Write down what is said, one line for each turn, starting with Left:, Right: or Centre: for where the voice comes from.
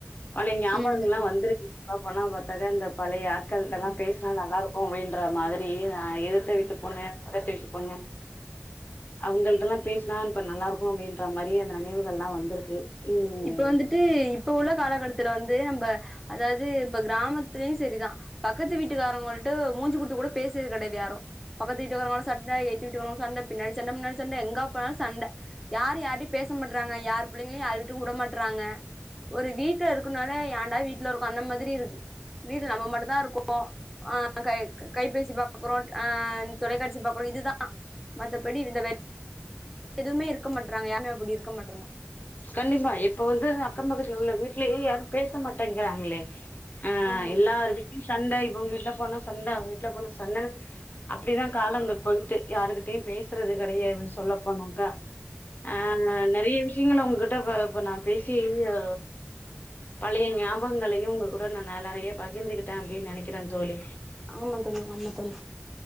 Left: பழய ஞபகங்கள்லா
Centre: ம் ஆமா
Left: வந்திருக்கு சொல்ல போனா பாத்தாக்க இந்த பழைய ஆட்கள்கிட்டெல்லா
Centre: ஆமா
Left: பேசுனா நல்லா இருக்கு அப்டின்ற மாரி நா எதுத்த
Centre: ம்
Left: வீட்டு பொண்ணு பக்கத்துவீட்டு பொண்ணு அவுங்கள்டல்லா பேசுனா இப்ப நல்லா இருக்கு அப்டின்ற மாரி அந்த நினைவுகள்லா வந்திருக்கு ம்
Centre: இப்ப வந்துட்டு இப்ப உள்ள காலகட்டத்துல வந்து நம்ப அதாது இப்ப கிராமத்துலயு செரிதா பக்கத்து வீட்டுக்காரவங்கள்ட மூஞ்சு குடுத்து கூட பேசறது கெடையாது யாரு பக்கத்து வீட்டுக்காரவங்களோட சண்ட எத்துவீட்காரங்களோட சண்ட பின்னாடி சண்ட முன்னாடி சண்ட எங்க போனாலு சண்ட யாரு யார்கிட்டயு பேச மாட் றாங்க யார் பிள்ளைங்களையு யார் வீட்டுக்கு உட மாட்றாங்க ஒரு வீட்டல இருக்குனால யாண்டா வீட் வீட்ல இருக்கு அந்த மாதிரி இருக்கு வீட்டுல நம்ம மட்டு தா இருக்கு கை கைபேசி பாக்றோ அ தொலைக்காட்சி பாக்றோ இதுதா மத் தபடி இந்த வெல் எதுமே இருக்க மாட்றாங்க யாருமே அப்டி இருக்க மாட்றாங்க
Left: கண்டிப்பா இப்ப வந்து அக்கம் பக்கத்துல உள்ள வீட்லையே யாரும் பேச மாட்டேங்கிறாங்ளே அ
Centre: ஆமா
Left: எல்லாரு வீட்லியு சண்ட இவுங்க வீட்லப் போனா சொன்ன வீட்ல போனா சன்னனு அப்டிதா கால அங்க போயிட்டு யாருகிட்டியு பேஸ் சறது கெடையாது சொல்ல போனாக்கா அ நெறைய விஷ் ங்கன உங்ககிட்ட இப இப்ப நான் பேசி அ பழைய ஞாபங்களையு உங்க கூட நான் நா நெறைய பகிர்ந்துகிட்டே அப்டின் நெனைக்கிறே தோழி
Centre: ஆமாந் தோழி ஆமா தோழி